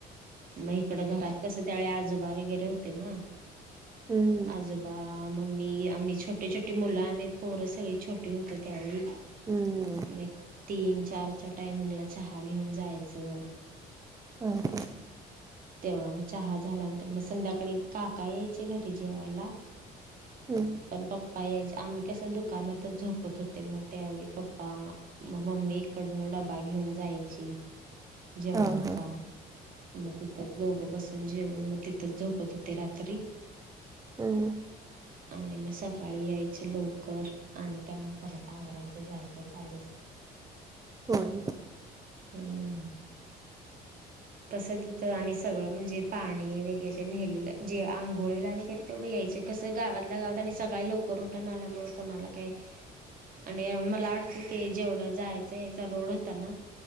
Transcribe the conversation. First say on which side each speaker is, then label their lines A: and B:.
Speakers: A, on the right (about 55°); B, on the right (about 20°).
A: म इकडं घरात कस त्यावेळी आजोबा वगैरे होते ना
B: हं.
A: अजून बा मम्मी आम्ही छोटी छोटी मुलं आम्ही पोरं सगळी छोटी होतो त्यावेळी
B: हं.
A: म एक तीन -चारच्या टायमिंग ला चहा घेऊन जायचं.
B: हा -हा.
A: तेवढा मग चहा झाल्यानंतर मग संध्याकाळी काका यायचे घरी जेवायला.
B: हं.
A: पण पप्पा यायचे आम्ही कस दुकानातच झोपत होते मग त्यावेळी पप्पा म मम्मी इकडनं डबा घेऊन जायची जेवणाचा.
B: हां हां.
A: मग तिथंच दोघं बसून जेवन मग तिथंच झोपत होते रात्री.
B: हम् ह
A: आणि मग सकाळी यायचे लवकर आणि काय मग परत आवरायचं जायचं चालूच की
B: होय.
A: हम्. तसं तिथं आणि सगळं म्हणजे पाणी वगैरे नेलेलं जे आंघोळीला वगैरे तेवढं यायचे. कसं गावातल्या गावात आणि सकाळी लवकर उठून आल्यामुळ कोणाला काय आणि मला वाटतं की जेवढं जायचं यायचा रोड होता ना?